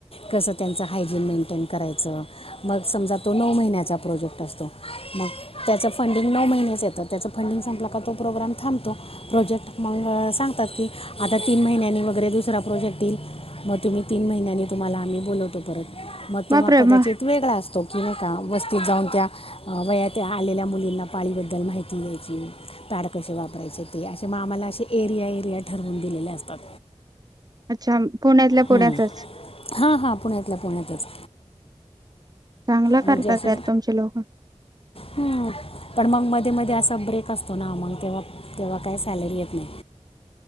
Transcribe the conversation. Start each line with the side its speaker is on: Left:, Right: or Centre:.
Left: कसं त्यांचं हायजीन मेंटेन करायचं. मग समजा तो नऊ महिन्याचा प्रोजेक्ट असतो मग, त्याचं फंडिंग नऊ महिन्याच येतं. त्याचं फंडिंग संपला का तो प्रोग्राम थांबतो. प्रोजेक्ट मग सांगतात की, आता तीन महिन्यांनी वगैरे दुसरा प्रोजेक्ट येईल. मग तुम्ही तीन महिन्यांनी तुम्हाला आम्ही बोलवतो परत मग
Right: बापरे
Left: तेव्हा कदाचित
Right: मग
Left: वेगळा असतो. की नाही का वस्तीत जाऊन त्या वयात त्या आलेल्या मुलींना पाळीबद्दल माहिती घ्यायची. पॅड कसे वापरायचे ते असे मग आम्हाला असे एरिया एरिया ठरवून दिलेले असतात.
Right: अच्छा, पुण्यातल्या पुण्यातच.
Left: हं. हां हां पुण्यातला पुण्यातच.
Right: चांगलं
Left: म्हणजे
Right: करतात
Left: असं
Right: यार तुमचे लोक.
Left: हं. पण मग मध्ये मध्ये असा ब्रेक असतो ना. मग तेव्हा तेव्हा काय सॅलरी येत नाही.